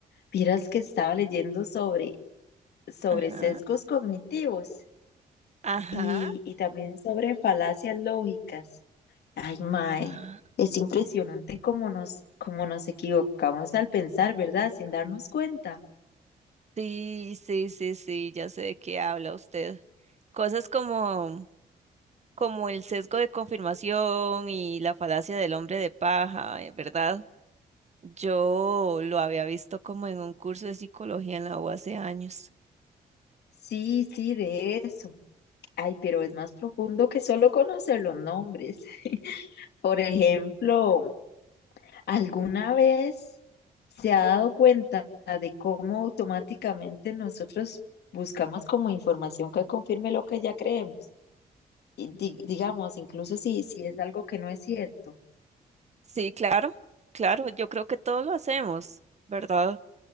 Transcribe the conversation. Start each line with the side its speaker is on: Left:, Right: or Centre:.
Left: Vieras que estaba leyendo sobre, sobre
Right: Ajá,
Left: sesgos cognitivos
Right: ajá,
Left: y, y también sobre falacias lógicas. Ay, mae,
Right: ajá.
Left: es impresionante cómo nos, cómo nos equivocamos al pensar, ¿verdad? Sin darnos cuenta.
Right: Sí, sí, sí, sí, ya sé de qué habla usted. Cosas como, como el sesgo de confirmación y la falacia del hombre de paja, eh, ¿verdad? Yo lo había visto como en un curso de psicología en la U hace años.
Left: Sí, sí, de eso. Ay, pero es más profundo que solo conocer los nombres. Por ejemplo, ¿alguna vez se ha dado cuenta de cómo automáticamente nosotros buscamos como información que confirme lo que ya creemos? Y di- digamos, incluso si, si es algo que no es cierto.
Right: Sí, claro, claro, yo creo que todos lo hacemos, ¿verdad?